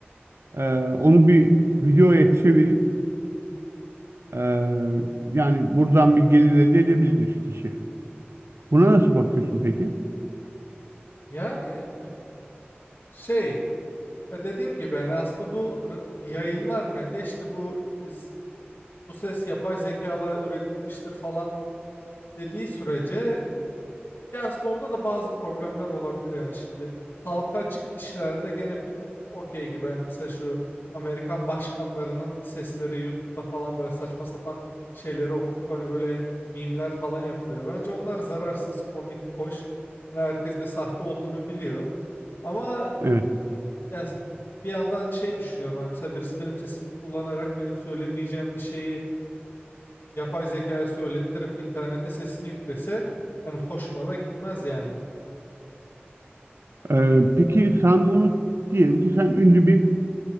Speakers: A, on the right (about 80°); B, on the left (about 70°).
A: e, onu bir videoya çevirip e, yani buradan bir gelir elde edebilir kişi. Buna nasıl bakıyorsun peki?
B: Yani şey e, dediğim gibi yani aslında bu r- yayınlarken de işte bu iz- bu ses yapay zekayla üretilmiştir falan dediği sürece Ya aslında onda da bazı problemler olabilir yani şimdi halka açık kişilerde gene bir tık okey gibi yani mesela şu Amerikan başkanlarının sesleri YouTube'da falan böyle saçma sapan şeyleri okutup hani böyle mimler falan yapılıyor. Bence onlar zararsız, komik, hoş. Hani herkes de sahte olduğunu biliyor. Ama
A: Evet.
B: yani s- bir yandan şey düşünüyorum hani mesela birisi benim sesimi kullanarak benim söyleyemeyeceğim bir şeyi yapay zekaya söylettirip internete sesini yüklese yani hoşuma da gitmez yani.
A: Ee, peki sen bunu diyelim ki sen ünlü bir